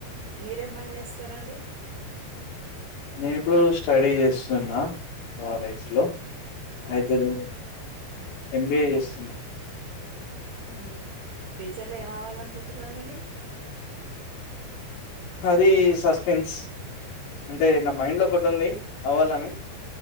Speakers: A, on the right; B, on the left.
A: మీరేం పన్ చేస్తరండి?
B: నేను ఇప్పుడు స్టడీ చేస్తున్న కాలేజ్లో
A: ఆ!
B: అయితే రీ ఎం బి ఏ చేస్
A: ఊ ఫ్యూచర్లో ఏం అవాలనుకుంటురనండి?
B: అది సస్పెన్స్. అంటే నా మైండ్ల ఒకటుంది అవ్వాలని.